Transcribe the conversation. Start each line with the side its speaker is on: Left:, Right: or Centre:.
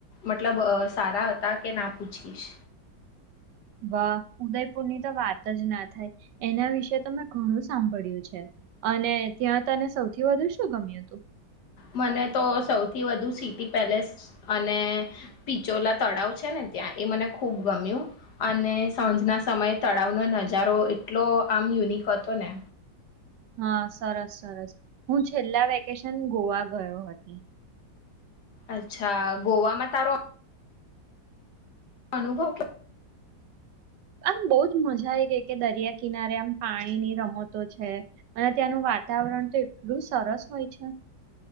Left: મતલબ સારા હતા કે ના પૂછીશ.
Right: વાહ ઉદયપુરની તો વાત જ ના થાય, એના વિશે તો મેં ઘણું સાંભળ્યું છે, અને ત્યાં તને સૌથી વધુ શું ગમ્યું હતું?
Left: મને તો સૌથી વધુ સિટી પેલેસ અને, પિચોલા તળાવ છે ને ત્યાં એ મને ખૂબ ગમ્યું, અને સાંજના સમયે તળાવનો નજારો એટલો આમ યુનિક હતો ને.
Right: હા સરસ સરસ, હું છેલ્લા વેકેશન ગોવા ગયો હતો.
Left: અચ્છા ગોવામાં તારો અનુભવ
Right: આમ બહજ મજા આવી ગઈ કે દરિયા કિનારે આમ પાણીની રમતો છે, અને ત્યાંનું વાતાવરણ તો એટલું સરસ હોય છે.